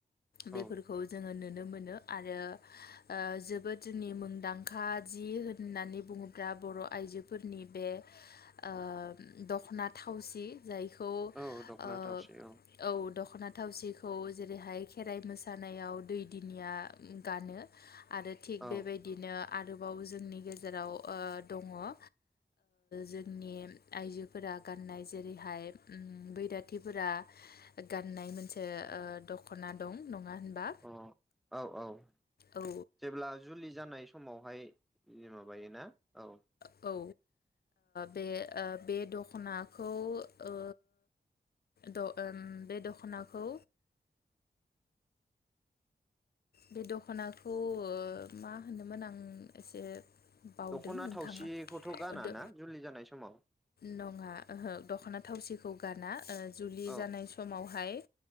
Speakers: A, in the centre; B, on the left (about 65°).
A: औ
B: बेफोरखौ जोङो नुनो नो मोन आरो ओ जोबोद जोंनि मुंदांखा जि होननानै बुङोब्ला बर' आइजोफोरनि बे ओ दख'ना थावसि जायखौ ओ
A: औ दखनाथावसे औ।
B: औ दख'ना थावसिखौ जेरैहाय खेराइ मोसानायाव दै दिनिया गानो। आरो थिग
A: औ
B: बेबायदिनो आरोबाव जोंनि गेजेराव ओ दङ ओ जोंनि आइजोफोरा गाननाय जेरैहाय बैराथिफोरा गाननाय मोनसे ओ दख'ना दं। नङा होनबा
A: अ औ औ
B: औ
A: जेब्ला जुलि जानाय समावहाय इयो माबायोना औ।
B: औ ओ बे ओ बे दख'नाखौ ओ द ओम बे दख'नाखौ
A: <inaudible>
B: बे दख'नाखौ ओ मा होनोमोन आं एसे बावदों
A: दख'ना
B: नोंथाङा
A: थावसिखौथ' गाना
B: ओ दो
A: ना जुलि जानाय समाव।
B: नङा ओहो दख'ना थावसिखौ गाना ओ जुलि
A: औ
B: जानाय समावहाय